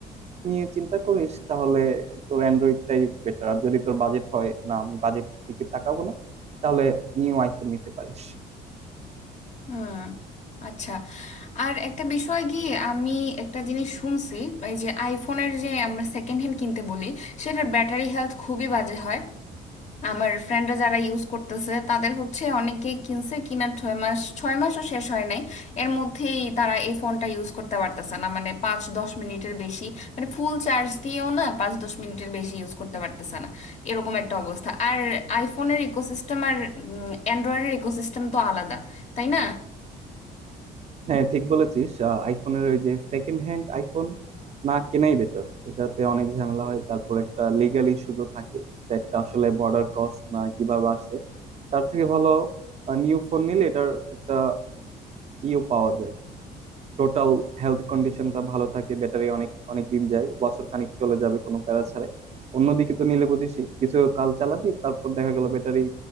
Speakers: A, on the right (about 40°); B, on the left (about 40°).
A: নিয়ে চিন্তা করিস তাহলে তোর অ্যান্ড্রয়েডটাই বেটার আর যদি তোর বাজেট হয় না আমি বাজেট দিকে তাকাবো না তাহলে নিউ আইফোন নিতে পারিস
B: হুম আচ্ছা আর একটা বিষয় কি আমি একটা জিনিস শুনছি এই যে আইফোনের যে আমরা সেকেন্ড হ্যান্ড কিনতে বলি সেটার ব্যাটারি হেলথ খুবই বাজে হয় আমার ফ্রেন্ডরা যারা ইউজ করতেছে তাদের হচ্ছে অনেকেই কিনছে কিনার ছয় মাস ছয় মাসও শেষ হয় নাই এর মধ্যেই তারা এই ফোনটা ইউজ করতে পারতেছে না মানে পাঁচ দশ মিনিটের বেশি মানে ফুল চার্জ দিয়েও না পাঁচ দশ মিনিটের বেশি ইউজ করতে পারতেছে না এরকম একটা অবস্থা আর আইফোনের ইকোসিস্টেম আর অ্যান্ড্রয়েডের ইকোসিস্টেম তো আলাদা তাই না
A: হ্যাঁ ঠিক বলেছিস আহ, আইফোনের ওই যে সেকেন্ড হ্যান্ড আইফোন না কেনাই বেটার এটাতে অনেক ঝামেলা হয় তারপর একটা লিগাল ইস্যু তো থাকে সেটটা আসলে বর্ডার ক্রস না কিভাবে আসছে তার থেকে ভালো নিউ ফোন নিলে এটার একটা ইও পাওয়া যায় টোটাল হেলথ কন্ডিশনটা ভালো থাকে ব্যাটারি অনেক অনেক দিন যায় বছর খানিক চলে যাবে কোনো প্যারা ছাড়াই অন্যদিকে তো নিলে বুঝিসই কিছু কাল চালাবি তারপর দেখা গেল ব্যাটারি